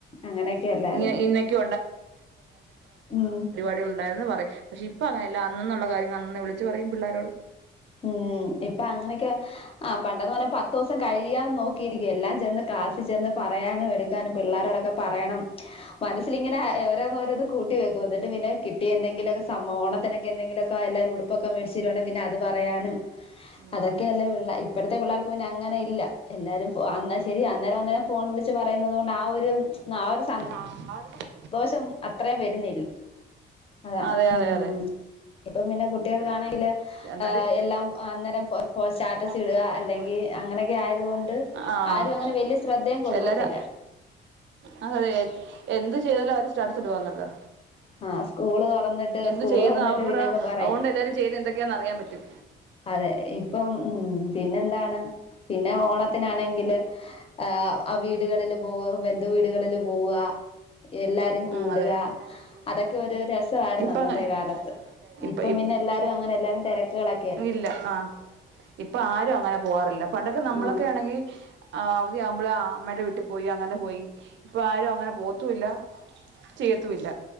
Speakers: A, on the left; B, on the right.
A: അങ്ങനെയെക്കെ എല്ലായിര്ന്നോ
B: ഇങ്ങനെ ഇന്നൊക്കെ
A: ഉം
B: ടികളുണ്ടായെന്ന് പറയും പക്ഷെ ഇപ്പ അങ്ങെനെല്ലാ അന്നന്നുള്ള കാര്യങ്ങള് അന്നന്ന് വിളിച്ച് പറയും പിള്ളാരോട്
A: ഊം ഇപ്പൊ അങ്ങെനെക്കെ ആഹ് പണ്ടെന്ന് പർഞ്ഞ പത്തൂസം കഴിയാൻ നോക്കിയിരിക്കാ എല്ലാം ചെന്ന് ക്ലാസി ചെന്ന് പറയാനും എട് ക്കാനും പിള്ളാരോടൊക്കെ പറയണം മനസ്സിലിങ്ങെന ഓരോന്ന് ഓരോന്ന് കൂട്ടിവെക്കും എന്നിട്ട് പിന്നെ കിട്ടിയെന്തെങ്കിലൊക്കെ സമ്മോ ഓണത്തിനൊക്കെ എന്തെങ്കിലൊക്കെ പ്പ എല്ലാരും ഉട്പ്പൊക്കെ മേടിച്ചെരുവാണേ പിന്നെ അത് പറ റയാനും
B: ഉം
A: അതൊക്കെയല്ലേ പിള്ള ഇപ്പഴ്ത്തെ പിള്ളേർക്ക് പിന്നെ അങ്ങെനെ ഇല്ല എല്ലാരും ഒ അന്നാ ശെരി അന്നേരം അന്നേരം ഫോൺ വിളിച്ച് പറയ്ന്നത് കൊണ്ട് ആ ഒരു ച് ആ ഒരു സ
B: ആഹ് ആ ഒരു
A: ന്തോഷം അത്രേം വര്ന്നിൽ അതാണ്
B: അതെ
A: ഉം
B: അതെ അതെ
A: ഇപ്പം പിന്നെ കുട്ടികൾക്കാണെങ്കില്
B: പക്ഷെ എന്നാല്
A: ഏഹ് എല്ലാം അന്നേരം ഫോ ഫോ സ്റ്റാറ്റസ്
B: അന്നേരം
A: ഇടുക അല്ലെങ്കിൽ
B: ഫോ ഫോ
A: അങ്ങനെയൊക്കെ
B: സ്റ്റാറ്റസ്ട്കാ
A: ആയതുകൊണ്ട്
B: ആഹ്
A: ആരും അങ്ങനെ വലിയ ശ്രദ്ധയും കൊടുക്കത്തില്ല
B: എല്ലാരും അതെയതെ എ എന്ത് ചെയ്താലും അവര് സ്റ്റാറ്റസ് ഇടുവാന്നല്ലാ
A: ആ സ്കൂള് തുറന്നിട്ട്
B: എന്ത്
A: സ്കൂള്
B: ചെയ്യ്ന്നു
A: തുറന്നിട്ട്
B: അവ്ടെ
A: പിന്നെ അങ്ങ് പറയും
B: അതുകൊണ്ട് എല്ലാരും ചെയ്യ്ന്നെ എന്തെക്കെയാന്ന് അറിയാം പറ്റും
A: അതെ ഇപ്പം ഉം പിന്നെന്താണ് പിന്നെ ഓണത്തിനാണെങ്കില് ആഹ് ആ വീട്കളില് പോവാ ബെന്ധുവീട്കളില് പോവാ എല്ലാരും
B: എല്ലാരും
A: കൂട്കാ
B: കൂടുക
A: അതൊക്കെ ഒരു രസവായ്ര്ന്നു
B: അതൊക്കെ ഒരു
A: അന്നത്തെ
B: രസമായിരുന്നു
A: കാലത്ത്
B: അന്നത്തെ
A: ഇപ്പം പിന്നെ എല്ലാരും അങ്ങെനെ എല്ലാരും തെരക്ക്കളെ
B: ഇല്ല ആ ഇപ്പൊ ആരും അങ്ങനെ പോവാറില്ല പണ്ടൊക്കെ നമ്മളൊക്കെ
A: ആഹ്
B: ആണെ അവധിയാവുമ്പള് അമ്മയുടെ വീട്ടി പോയി അങ്ങനെ പോയി ഇപ്പോ ആരും അങ്ങനെ പോവത്തൂല്ല ചെയ്യത്തൂല്ല